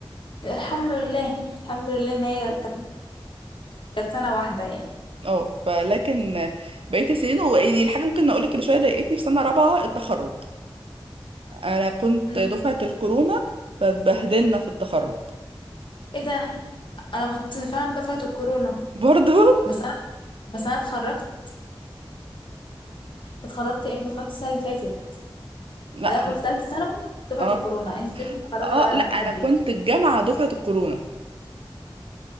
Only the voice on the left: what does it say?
الحمد لله الحمد لله ان هي كانت كانت سنة واحدة يعني
مم.
ايه ده انا كنت فعلا دفعة الكورونا
بس انا بس انا اتخرجت اتخرجت امتى اتخرجت السنة اللي فاتت
انا كنت ثالثه ثانوي دفعه
الكورونا انت تلاقيكي متخرجه
بقى
قبلي